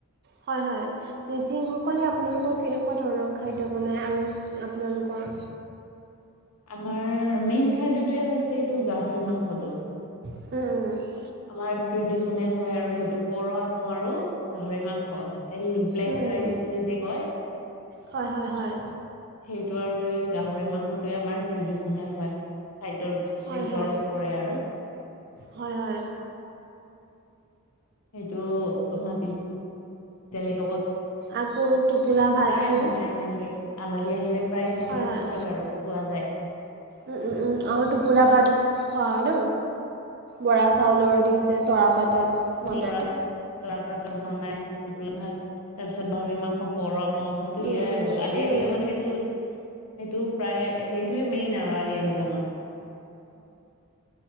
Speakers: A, on the right; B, on the left.
A: হয় হয়। মিচিংসকলে আপোনালোকৰ কেনেকুৱা ধৰণৰ খাদ্য বনায় আৰু আপোনালোকৰ
B: আমাৰ মেইন খাদ্যটোৱে হৈছে এইটো গাহৰি মাংসটো।
A: <unintelligible>
B: আমাৰ ট্ৰেডিচনেল হয় আৰু সেইটো পৰ আপং আৰু গাহৰি মাংস। এই ব্লেক
A: উম,
B: ৰাইচ
A: উম।
B: বুলি যে কয়।
A: হয় হয় হয়।
B: সেইটো আৰু এই গাহৰি মাংসটোৱে আমাৰ ট্ৰেডিশনেল হয়। খাদ্যৰ
A: হয়
B: ভিতৰত
A: হয়
B: পৰে আৰু
A: হয় হয়।
B: সেইটো মাটি, দালিৰ লগত
A: আকৌ টোপোলা
B: প্ৰায়
A: ভাতটো
B: বনাই তেনেকে আলহী আহিলে প্ৰায় তেনেকে
A: হয় হয়
B: খুৱাই বাৰু খোৱা যায়। <unintelligible>
A: উম উম উম, অঁ টোপোলা ভাত। খোৱা হয় ন? বৰা চাউলৰ দি যে তৰা পাতত। বনায়
B: লৰা তৰা পাতত বনাই টোপোল ভাত তাৰ পিছত গাহৰি মাংসৰ পৰপ। আপং সেইটো দিয়ে
A: উম, উম,
B: আৰু আলি
A: উম,
B: আই লৃগাঙত
A: উম।
B: সেইটো সেইটো প্ৰায় সেইটোৱে মেইন আৰু আলি আলৃগাঙত।